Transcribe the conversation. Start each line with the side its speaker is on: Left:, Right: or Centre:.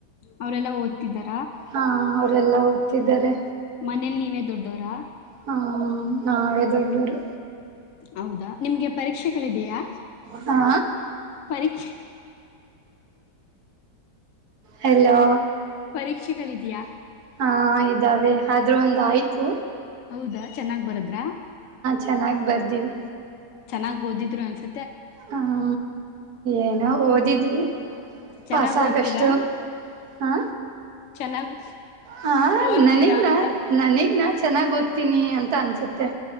Left: ಅವರೆೆಲ್ಲ ಓದುತ್ತಿದ್ದಾರ
Right: ಹಾ ಅವ್ರಲ್ಲ ಓದಿ ಇದ್ದರೆ
Left: ಮನೇಲಿ ನೀವೇ ದೊಡ್ಡೋರಾ
Right: ಹ ನಾವೇ ದೊಡ್ಡೂರು
Left: ಹೌದಾ ನಿಮ್ಗೆ ಪರೀಕ್ಷೆಗಳಿದೆಯಾ
Right: ಹಾ
Left: ಪರೀಕ್ಷೆ
Right: ಹಲೋ
Left: ಪರೀಕ್ಷೆಗಳಿದೆಯಾ.
Right: ಹಾ ಇದಾವೆ ಆದ್ರೂ ಒಂದ ಆಯ್ತು
Left: ಹೌದಾ ಚೆನ್ನಾಗ್ ಬರದ್ರಾ
Right: ಚೆನ್ನಾಗಿ ಬರ್ದೀವಿ
Left: ಚೆನ್ನಾಗ್ ಓದಿದ್ರು ಅನ್ಸತ
Right: ಹ್ಮ ಏನೋ ಓದಿದ್ವಿ
Left: ಚೆನ್ನಾಗ್
Right: ಪಾಸ್ ಆಗಷ್ಟು
Left: ಓದ್ತೀರಾ
Right: ಹಾ
Left: ಚೆನ್ನಾಗ್
Right: ಹಾ
Left: ಓದ್ತೀರಾ
Right: ನನಗ್
Left: ಅಂತ
Right: ನಾ ನನಗ್ ನಾಚಾ ಚೆನ್ನಾಗ್ ಓದ್ತೀನಿ ಅಂತ ಅನ್ಸುತ್ತೆ